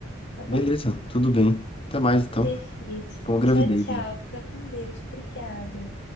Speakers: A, on the left (about 60°); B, on the left (about 30°).
A: tá bom?
B: Beleza, tudo bem. Até mais, então.
A: Perfeito.
B: Boa gravidez,
A: Tchau, tchau.
B: hein?
A: Fica com Deus. Obrigada.